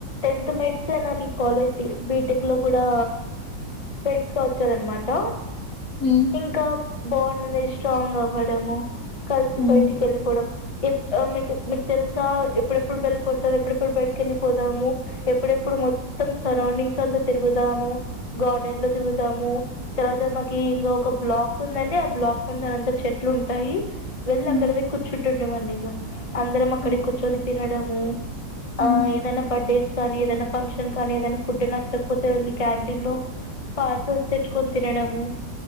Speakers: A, on the left (about 35°); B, on the left (about 60°).
A: టెన్త్ మెట్స్ నాది కాలేజ్ బీటెక్ లో కూడా ఫ్రెండ్స్ గా వచ్చారనమాట
B: ఉమ్
A: ఇంకా బాండ్ అనేది స్ట్రాంగ్ అవ్వడము కలిసి
B: ఉమ్
A: బయటికి ఏళ్ళిపోవడం ఎప్ ఆ మీకు మీకు తెలుసా ఎప్పుడెప్పుడు బేల్ కొడతారు ఎప్పుడెప్పుడు బయటకెళ్ళిపోదాము ఎప్పుడేప్పు ఇప్పుడు మొత్తం సరౌండింగ్స్ అంతా తిరుగుదాము గార్డెన్ లో తిరుగుదాము తర్వాత మాకి ఇంకా ఒక బ్లాక్ ఉందండి ఆ బ్లాక్ ముందర అంత చెత్త లు ఉంటాయి వెళ్ళి
B: ఉమ్
A: అక్కడవే కూర్చుంటుండిమీ అండి ఇంకా అందరం అక్కడే
B: ఉమ్
A: కూర్చొని తి వెళ్ళడం
B: ఉమ్
A: ఆ ఏదైనా బర్డేస్ కానీ ఏదైనా ఫంక్షన్ కానీ ఏదైనా ఫుడ్ నచ్చకపోతే వెళ్ళి క్యాంటీన్ లో పార్సల్స్ తెచ్చుకొని తినే తినడం